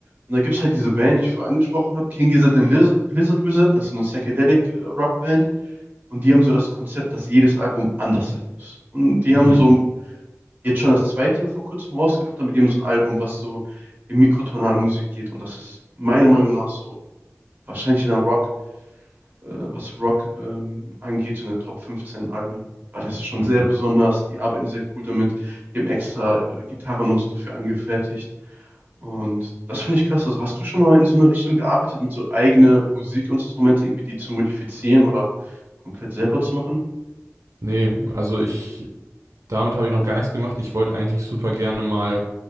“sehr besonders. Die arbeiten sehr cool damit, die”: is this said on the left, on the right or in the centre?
Right